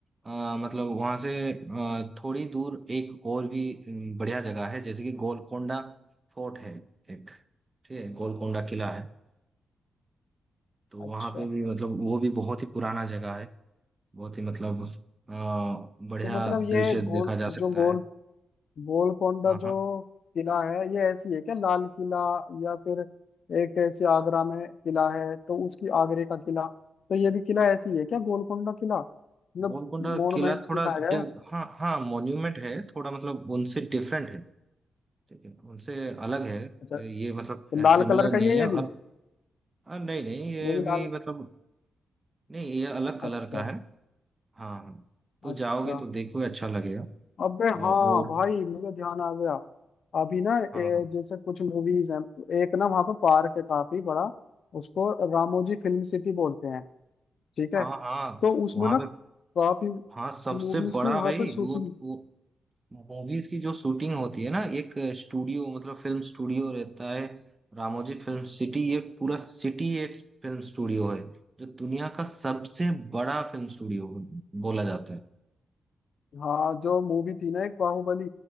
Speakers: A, on the right; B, on the left.
A: अ, मतलब वहां से अ, थोड़ी दूर एक और भी अम, बढ़िया जगह है जैसे कि गोलकोंडा फोर्ट है एक ठीक है गोलकोंडा किला है तो वहां
B: अच्छा
A: पे भी मतलब वो भी बहुत ही पुराना जगह है बहुत ही मतलब अ, बढ़िया
B: तो मतलब ये
A: दृश्य
B: गोल
A: देखा जा
B: जो
A: सकता
B: गोल
A: है
B: गोलकोंडा
A: हाँ
B: जो
A: हाँ
B: किला है ये ऐसी है क्या लाल किला या फिर एक ऐसी आगरा में किला है तो उसकी आगरे का किला तो ये भी किला ऐसी है क्या गोलकोंडा किला मतलब
A: गोलकोंडा
B: मोनुमेंट्स
A: किला थोड़ा
B: दिखाया
A: डि-
B: गया है
A: हाँ हाँ मॉन्यूमेंट है थोड़ा मतलब उनसे डिफरेंट है ठीक है उनसे अलग है
B: अच्छा
A: ये
B: तो
A: मतलब
B: लाल
A: सिमिलर
B: कलर का
A: नहीं
B: ये
A: है
B: ये
A: और
B: भी
A: हाँ, नहीं नहीं ये
B: ये भी
A: भी
B: लाल
A: मतलब नहीं ये अलग कलर
B: अच्छा
A: का है हाँ हाँ तो
B: अच्छा
A: जाओगे तो देखोगे अच्छा लगेगा
B: अबे
A: हाँ,
B: हाँ
A: और
B: भाई मुझे ध्यान आ गया अभी ना ए,
A: हाँ हाँ
B: जैसे कुछ मूवीज हैं एक ना वहाँ पे पार्क है काफी बड़ा उसको रामोजी फिल्म सिटी बोलते हैं ठीक है
A: हाँ हाँ
B: तो उसमें
A: वहाँ
B: ना
A: पे
B: काफी
A: हाँ सबसे
B: मूवीज
A: बड़ा
B: की वहाँ
A: भाई
B: पे शूटिंग
A: वो वो मूवीज की जो शूटिंग होती है ना एक स्टूडियो मतलब फिल्म स्टूडियो रहता है रामोजी फिल्म सिटी ये पूरा सिटी एक फिल्म स्टूडियो है जो दुनिया का सबसे बड़ा फिल्म स्टूडियो बोला जाता है
B: हाँ जो मूवी थी ना एक बाहुबली